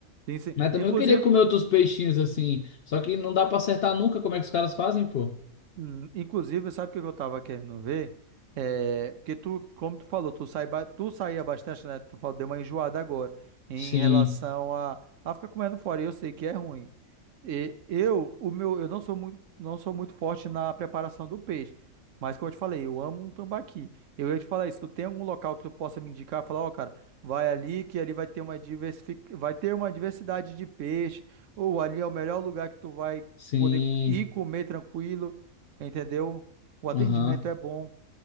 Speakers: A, on the right; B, on the left.
A: Sim, sim.
B: Mas também
A: Inclusive,
B: eu queria comer outros peixinhos assim, só que não dá pra acertar nunca como é que os caras fazem, pô.
A: hum, inclusive, sabe o que eu tava querendo ver? É, porque tu, como tu falou, tu, sai, ba- tu saía bastante, né? Tu falou, deu uma enjoada agora em
B: Sim,
A: relação a, a ficar comendo fora, e eu sei que é ruim. E eu, o meu, eu não sou muito, não sou muito forte na preparação do peixe, mas como eu te falei, eu amo um tambaqui. Eu ia te falar isso, tu tem algum local que tu possa me indicar, falar, ó, cara, vai ali que ali vai ter uma diversific... vai ter uma diversidade de peixe, ou ali é o melhor lugar que tu vai
B: sim.
A: poder ir comer tranquilo, entendeu? O atendimento
B: Aham.
A: é bom.